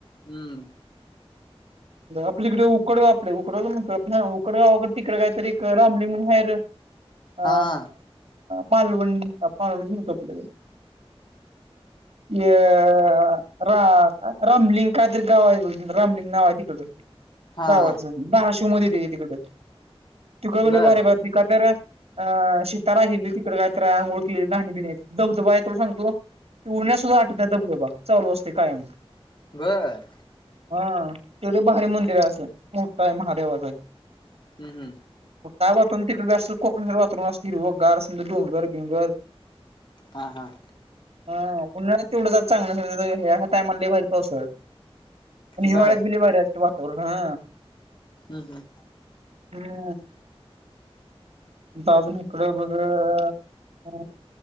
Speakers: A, on the left; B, on the right.
A: हम्म.
B: आपलीकडे उकड आप उकड म्हणत आप उकडगावाकडे तिकडे कायतरी एक रामलिंगण आहेर अ
A: हा हा
B: मालवण मालवणच म्हणतो आपल्याला. <inaudible> अ रा रामलिंग कायतरी गावा आहे रामलिंग नावा आहे ते.
A: हा
B: गावाचं
A: हा
B: बार्शवमध्ये ते हे तिकड. तु का
A: बर
B: <unintelligible> भारी बघ ती कातर अ शीतारा हिली तिकडे कायतरी आंघोळ केलेली आणि बि धबधबा आहे तो सांगतो उडण्यास सुद्धा आठवतात धबधबा चालू असते कायम.
A: बर.
B: हा तेवढे भारी मंदिर
A: हम्म
B: आहे असं मोठ आहे महादेवाचा.
A: हम्म हम्म.
B: त्या वातरून तिकडे असत कोकणातरून अस हिरव गार समजा डोंगर-बिंगर.
A: हा हा.
B: हा उन्हाळ्यात तेवढं जर चांगलं ह्या टामला लय भारी असत. आणि हिवाळ्यात
A: बर
B: बिली बऱ्या असत वातावरण हा.
A: हम् हम.
B: हम्म. <inaudible> तिथं आजुन ईकड बाबा